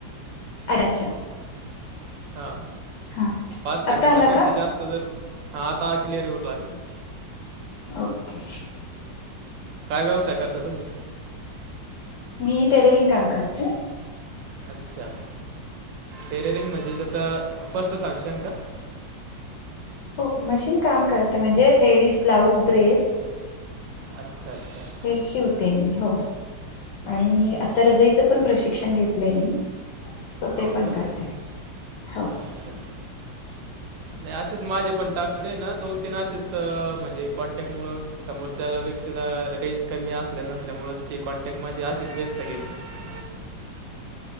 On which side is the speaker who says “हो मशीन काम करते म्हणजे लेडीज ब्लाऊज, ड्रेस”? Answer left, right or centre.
Left